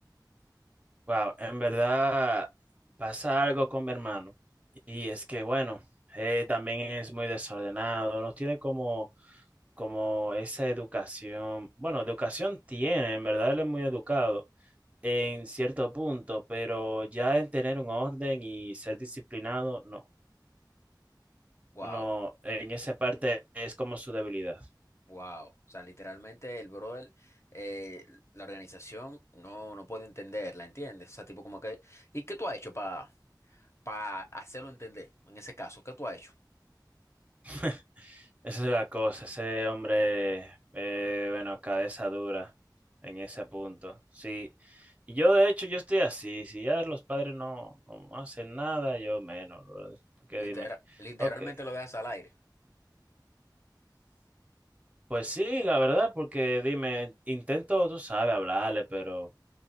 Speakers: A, on the right (about 20°); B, on the left (about 35°).
A: Wow. En verdad, pasa algo con mi hermano. Y es que, bueno, eh, también es muy desordenado, nos tiene como como esa educación, bueno, educación tiene, en verdad él es muy educado en cierto punto, pero ya en tener un orden y ser disciplinado, no,
B: Wow,
A: no, en esa parte es como su debilidad.
B: wow. O sea, literalmente el brother, eh, la organización no, no puede entenderla, ¿entiendes? O sea, tipo como que... ¿Y qué tú has hecho para para hacerlo entender. En ese caso, ¿qué tú has hecho?
A: <laughs> Esa es la cosa, ese hombre, eh, bueno, cabeza dura en ese punto. Sí, y yo de hecho yo estoy así, si ya los padres no, no hacen nada, yo menos, brother, porque
B: Literal-
A: dime,
B: literalmente
A: ok.
B: lo dejas al aire.
A: Pues sí, la verdad, porque dime, intento, tú sabes, hablarle, pero